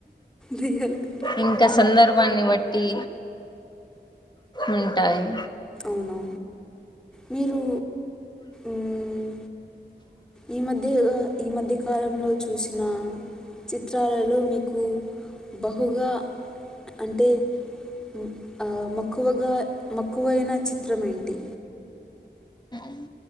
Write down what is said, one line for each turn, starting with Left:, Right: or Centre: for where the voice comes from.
Centre: దెయ్యాలు
Left: ఇంక
Centre: మ్,
Left: సందర్భాన్ని బట్టీ ఉంటాయి
Centre: ఔనా మీరూ మ్ ఈ మధ్య ఎదొ మధ్య కాలంలో చూసినా చిత్రాలలో మీకూ బహుగా అంటే మ్ ఆ మ అక్కువగా మక్కువైన చిత్రం ఏంటి
Left: మ్